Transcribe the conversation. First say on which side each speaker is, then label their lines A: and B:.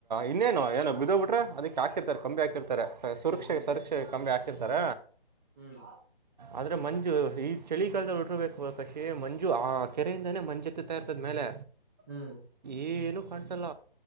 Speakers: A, on the right; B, on the right.
A: ಇನ್ನೇನು ಏನು ಬಿದೋಗ್ ಬಿಟ್ರೆ ಅದಿ ಹಾಕಿರ್ತಾರ ಕಮ್ಮಿ ಹಾಕಿರ್ತಾರೆ ಸುರಕ್ಷೆ
B: ಹ್ಮ್
A: ಸುರಕ್ಷೆ ಕಮ್ಮಿ ಹಾಕಿರ್ತಾರ
B: ಹ್ಮ್
A: ಆದ್ರೆ ಮಂ ಈ ಚಳಿಗಾಲದಲ್ಲಿ ಉಡರ್ಬೇಕು ಕಷೇ ಮಂಜು ಆ ಕೆರೆಯಿಂದಾನೇ ಮಂಜುತ್ತತಾ ಇರ್ತದ ಮೇಲೆ
B: ಹ್ಮ್
A: ಏ ಏನು ಕಾಣ್ಸಲ್ಲ